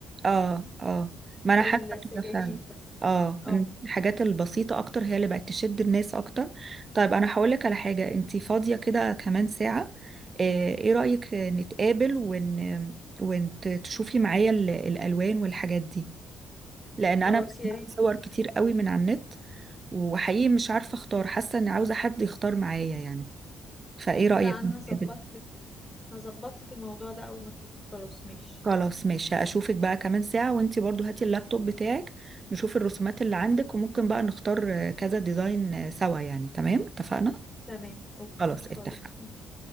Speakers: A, on the right (about 35°); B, on the left (about 20°).
A: اه اه ما
B: في
A: انا حاسه
B: السجاجيد
A: كده فعلا
B: بس
A: اه
B: اه
A: إن الحاجات البسيطه اكتر هي اللي بقت تشد الناس اكتر طيب انا هقول لك على حاجه انتي فاضيه كده كمان ساعه آه، ايه رايك نتقابل ون وتشوفي معايا ال- الالوان والحاجات دي لان انا
B: خلاص
A: بجمع
B: يا ريت
A: صور كتير قوي من على النت وحقيقي مش عارفه اختار حاسه اني عاوزه حد يختار معايا يعني فايه رايك
B: لا انا
A: نتقابل
B: هظبط لك هظبط لك الموضوع ده اول ما اشوفك خلاص ماشي
A: خلاص ماشي اشوفك بقى كمان ساعة وانتي برضو هاتي اللابتوب بتاعك نشوف الرسومات اللي عندك وممكن بقى نختار آه، كذا ديزاين آه، سوا يعني تمام اتفقنا
B: تمام اوكي
A: خلاص
B: خلاص
A: اتفقنا
B: ماشي